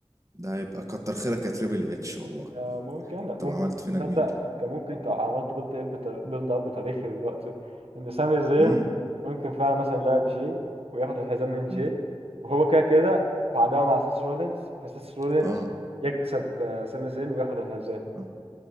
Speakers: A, on the right; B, on the right.
A: ده هيبقى كتر خيرك يا تريبل اتش والله
B: آه، ممكن لا
A: تبقى
B: ممكن
A: عملت فينا
B: تصدق
A: جميل
B: انت ممكن انت عملت بيلد اب بتار- بيلد اب تاريخي دلوقتي ان سامي زين
A: امم
B: ممكن فعلا مثلا يلعب جي وياخد الحزام من جي
A: أمم.
B: وهو كده كده في عداوه مع سيس رولينز فسيس رولينز
A: اه
B: يكسب آه، سامي زين وياخد الحزام
A: اه